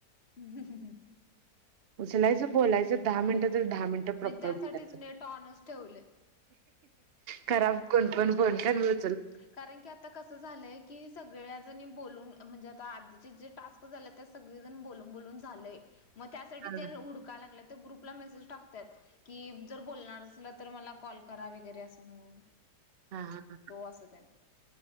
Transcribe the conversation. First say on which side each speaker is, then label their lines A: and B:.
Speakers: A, on the left; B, on the right.
A: ह ह ह
B: उचलायचं बोलायचं दहा मिनिटात दहा मिनटं प्रॉपर
A: मी त्यासाठीच
B: बलायच
A: नेट ऑनच ठेवलंय.
B: खराब कोण पण कोण पण
A: कारण की आता कसं झालंय की सगळ्याजणी बोलून म्हणजे आधी चे जे टास्क झालेत त्यात सगळेजण बोलून बोलून झालंय त्यासाठी
B: हा
A: ते हुडकायला लागलेत ग्रुपला मेसेज टाकतात की जर बोलणार असलं तर मला कॉल करा वगैरे अस म्हणून
B: हा हा ह
A: वसदन <unintelligible>